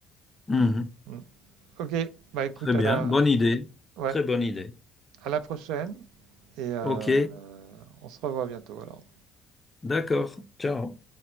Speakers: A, on the left; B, on the right.
A: Mhm.
B: Mm. Ok, bah écoute,
A: Très bien.
B: à la,
A: Bonne idée.
B: ouais,
A: Très bonne idée.
B: à la prochaine et euh,
A: Ok,
B: on se revoit bientôt alors.
A: d'accord. Ciao.